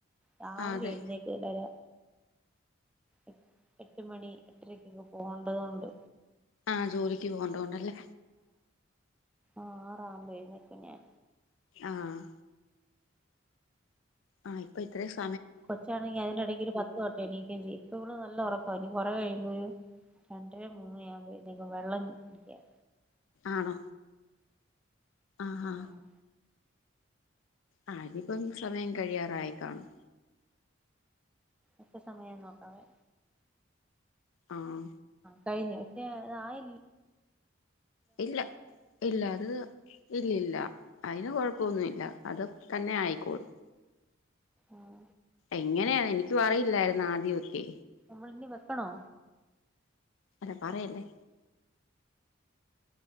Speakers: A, in the centre; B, on the left.
A: രാവിലെ
B: ആ അതെ
A: എഴുന്നേക്ക എല്ലാര എ എട്ട് മണി എട്ടരക്കൊക്കെ പോകണ്ടതോണ്ട്
B: ആഹ് ജോലിക്ക് പോകണ്ടോണ്ടല്ലേ
A: ആഹ്ആറാമ്പഴുന്നേക്കും ഞാൻ
B: ആഹ് ആഹ് ഇപ്പൊ ഇത്ര സ
A: കൊച്ചാണങ്കി അതിന്റെടക്കൊരു പത്ത് വട്ടം എണീക്കും ചെയ്യും ഇപ്പ ഇവള് നല്ല ഉറക്കാ ഇനി കുറ കഴിയുമ്പോഴ് ഒരു രണ്ടര മൂന്ന് ആവുമ്പോഴുന്നേക്കും വെള്ളം കുടിക്കാൻ
B: ആണോ ആഹ്
A: ഉം
B: ആഹ് ആഹ് അതിപ്പം സമയം കഴിയാറായി കാണും
A: ഇപ്പ സമയം നോക്കാവെ
B: ആഹ്
A: കഴിഞ്ഞോ പക്ഷേ അതായിൽ
B: ഇല്ല ഇല്ല അത് ഇല്ലില്ല അതിന് കൊഴപ്പൊന്നുല്ല അത് തന്നെ ആയിക്കോളും
A: ആഹ്
B: എങ്ങനെയാണ് എനിക്ക് അറിയില്ലായിരുന്നു ആദ്യൊക്കെ
A: നമ്മളിനി വെക്കണോ
B: അത് പറയല്ലേ